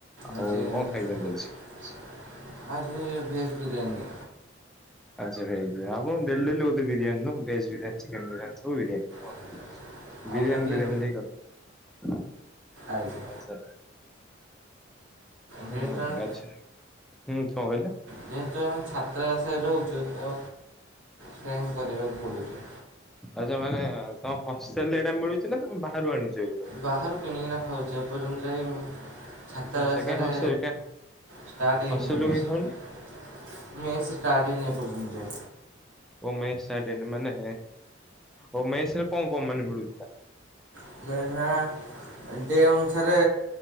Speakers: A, on the right; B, in the centre.
A: ଆଜି
B: ଆଉ କଣ ଖାଇଛନ୍ତି
A: ଭେଜ୍ ବିରିୟାନୀ।
B: ଆଜି ଭେଜ୍ ବିରିୟାନି ଆପଣ ଡେଲି ଡେଲି ବୋଧେ ବିରିୟାନି ନୁହଁ ଭେଜ୍ ବିରିୟାନି ଚିକେନ ବିରିୟାନି ସବୁ ବିରିୟାନି ନୁହଁ।
A: <inaudible>
B: ବିରିୟାନୀ
A: ଟିକେ
B: <unintelligible>
A: ଆଜ୍ଞା।
B: ଆଚ୍ଛା
A: ଯେହେତୁ
B: ହୁଁ
A: ଆମେ
B: ଆଚ୍ଛା ହୁଁ କଣ କହିଲେ?
A: ଯେହେତୁ ଆମେ ଛାତ୍ର ବାସାରେ ରହୁଛୁ ତ ସେଇଆ ହଁ କରିବାକୁ ପଡ଼ୁଚି।
B: ଆଚ୍ଛା ମାନେ ତମ ହଷ୍ଟେଲରେ ଏଇଟା ମିଳୁଚିନା ତମେ ବାହାରୁ ଆଣୁଚ?
A: ବାହାରୁ କିଣିକିନା ଖାଉଚି ଏପର୍ଯ୍ୟନ୍ତ ଯାଇ ମୁଁ ଛାତା
B: ଆଚ୍ଛା
A: ବେସରେ
B: କାଇଁ ହଷ୍ଟେଲ କାଇଁ
A: ଷ୍ଟାର୍ଟ ହେଇନି
B: ହଷ୍ଟେଲରୁ
A: ମେସ୍
B: କାଇଁ ଖାଉନୁ?
A: ରେ ମେସ୍ ଷ୍ଟାର୍ଟ ହେଇନ ଏପର୍ଯ୍ୟନ୍ତେଯେ
B: ଓ ମେସ୍ ଷ୍ଟାର୍ଟ ହେଇନି ମାନେ ଓ ମେଶେରେ କଣ କଣ ମାନେ ମିଳୁଚି?
A: <unintelligible> ଡେ ଅନୁସାରେ